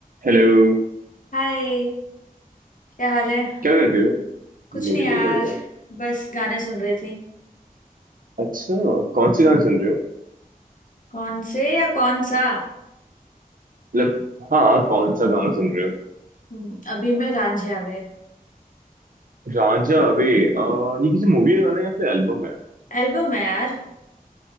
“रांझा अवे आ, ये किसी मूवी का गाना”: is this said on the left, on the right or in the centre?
Right